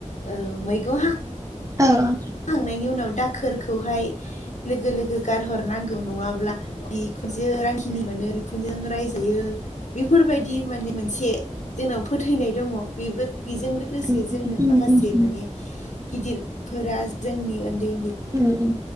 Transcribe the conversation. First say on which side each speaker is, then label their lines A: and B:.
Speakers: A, on the left; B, on the right.
A: औ मैगं हा
B: औ
A: खांनायनि उनाव दाखोरखौहाय लोगो लोगो गारहरनांगौ नङाब्ला बिखुनजो रांखिनि मोनो बिखुनजोजों रायजायो बिफोरबायदि माने मोनसे जोंनाव फोथायनाय दङ बेबो बिजों लोगोसे
B: उम
A: जोंनो
B: उम
A: माखासे
B: उम उम
A: माने गिदिरफोरा जोंनि ओन्दै ओन्दै
B: उ उ